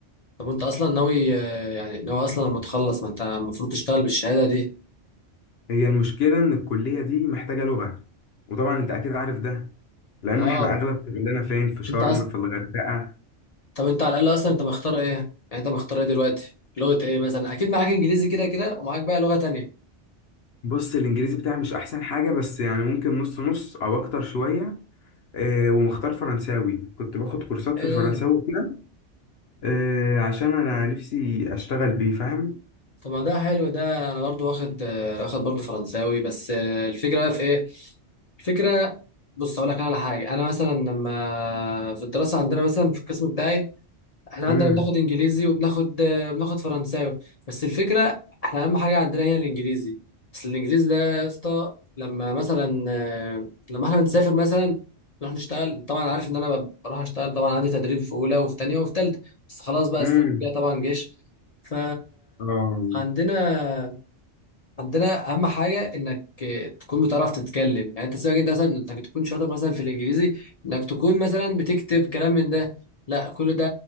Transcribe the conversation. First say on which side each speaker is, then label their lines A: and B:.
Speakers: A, on the left; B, on the left.
A: طب انت اصلا ناوي آه، يعني ناوي اصلا لما تخلص ما انت المفروض تشتغل بالشهاده دي
B: هي المشكله ان الكليه دي محتاجه لغه وطبعا انت اكيد عارف ده لان
A: اه
B: احنا اغلب شغلنا فين في شرم
A: انت اصلا
B: في الغردقه
A: طب انت على الاقل اصلا انت مختار ايه يعني انت مختار ايه دلوقتي لغه ايه مثلا اكيد معاك انجليزي كده كده ومعاك بقى لغه تانية
B: بص الانجليزي بتاعي مش احسن حاجه بس يعني ممكن نص نص او اكتر شويه آه، ومختار فرنساوي كنت باخد كورسات
A: ايه
B: في الفرنساوي
A: ده
B: كده آه، عشان انا نفسي اشتغل بيه فاهم
A: طب ما ده حلو ده انا برضو واخد آه، واخد برضو فرنساوي بس آه، الفكره بقى في ايه الفكره بص اقول لك انا على حاجه انا مثلا لما في الدراسه عندنا مثلا في القسم بتاعي احنا
B: امم
A: عندنا بناخد انجليزي وبناخد آه، بناخد فرنساوي بس الفكره احنا اهم حاجه عندنا هي الانجليزي بس الانجليزي ده يا اسطى لما مثلا آه، لما احنا بنسافر مثلا نروح نشتغل طبعا عارف ان انا بروح اشتغل طبعا عندي تدريب في اولى وفي تانية وفي تالتة بس خلاص بقى
B: امم
A: السنه الجايه طبعا جيش ف
B: اه
A: عندنا عندنا اهم حاجه انك تكون بتعرف تتكلم يعني انت سيبك انت مثلا انك تكون شاطر مثلا في الانجليزي انك تكون مثلا بتكتب كلام من ده لا كل ده